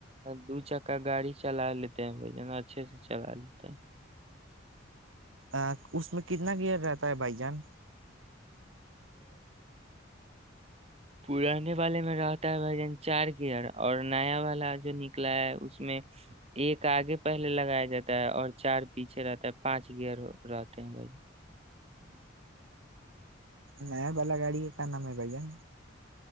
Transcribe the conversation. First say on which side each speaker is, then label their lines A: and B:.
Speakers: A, on the right; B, on the right.
A: دو چ <unintelligible> کا گاڑی چلا لیتے ہیں بھ جنا اچھے سے چلا لیتے
B: ا اس میں کتنا گیئر رہتا ہے بھائی جان
A: پانے والے میں رہتا ہے بھائی جان چار گیئر اور نیا والا جو نکلا ہے اس میں ایک آگے پہلے لگایا جاتا ہے اور چار پیچھے رہتا ہے پانچ گیئر رہتے ہیں بھائی جن
B: نہیں بلا گاڑی ہے کا نام ہے بھ جان